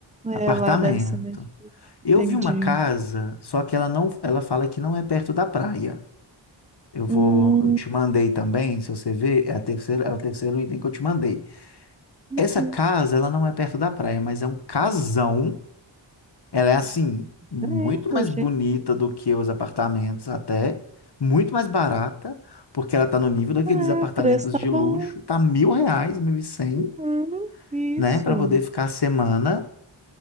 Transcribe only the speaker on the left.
apartamento.
Eu
vi uma casa, só que ela não, ela fala que não é perto da praia. Eu vou,
eu te mandei também, se você ver, é a terceira, é o terceiro item que eu te mandei.
Essa casa, ela não é perto da praia, mas é um casão. Ela é assim, muito
mais
bonita do que os apartamentos até, muito mais barata, porque ela tá no nível daqueles
apartamentos
de
luxo, tá mil reais, mil e cem,
né, para poder ficar a semana.